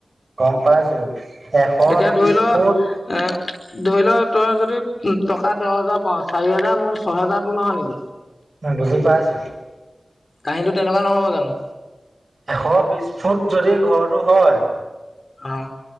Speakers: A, on the right; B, on the left.
A: গম পাইছো এশ
B: এতিয়া
A: বিশ
B: ধৰি ল
A: ফুট
B: এ ধৰি ল তই যদি উ টকা দহ হেজাৰ পাওঁ চাৰি হেজাৰ মোৰ ছয় হেজাৰ তোৰ নহয় নেকি?
A: বুজি পাইছোঁ।
B: কাহিনীটো তেনেকুৱা নহ'ব জানোঁ!
A: এশ বিশ ফুট যদি ঘৰটো হয়
B: অ'।